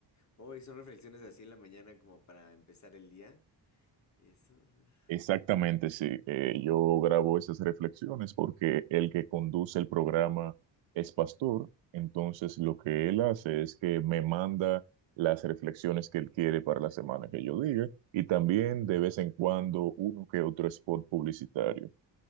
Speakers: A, on the left (about 40°); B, on the right (about 85°).
A: Oh, y son reflexiones así en la mañana como para empezar el día. ¿Y eso? <laughs>
B: Exactamente, sí. Eh, yo grabo esas reflexiones porque el que conduce el programa es pastor, entonces lo que él hace es que me manda las reflexiones que él quiere para la semana que yo diga y también de vez en cuando uno que otro spot publicitario.